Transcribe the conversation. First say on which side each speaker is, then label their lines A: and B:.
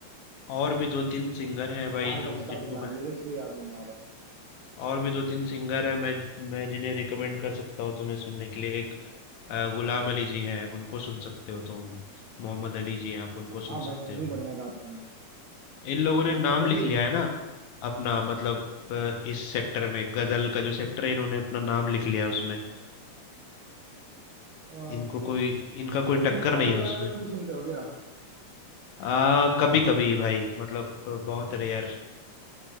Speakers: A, on the left (about 80°); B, on the right (about 75°).
A: और भी दो तीन सिंगर हैं भाई
B: भुला गया
A: जो
B: उसका
A: जिनको
B: भी ना
A: मैं
B: लिरिक्स भी याद नहीं आ रहा
A: और भी दो तीन सिंगर हैं मैं मैं जिन्हें रिकमेंड कर सकता हूँ तुम्हें सुनने के लिए अ, गुलाम अली जी हैं उनको सुन सकते हो तुम मोहम्मद अली जी हैं आप उनको
B: हाँ
A: सुन
B: भाई
A: सकते
B: वो
A: हो
B: भी बढ़िया गाते हैं
A: इन लोगों ने
B: मोहम्मद
A: नाम
B: अली
A: लिख लिया है ना अपना मतलब अ, इस सेक्टर में गजल का जो सेक्टर है इन्होंने अपना नाम लिख लिया है उसमें
B: अ, और
A: इनको कोई इनका कोई
B: तुम
A: टक्कर
B: कवाली
A: नहीं है
B: वगैरह
A: उसमें
B: भी सुनते हो क्या
A: आ कभी कभी भाई मतलब अ, बहुत रेयर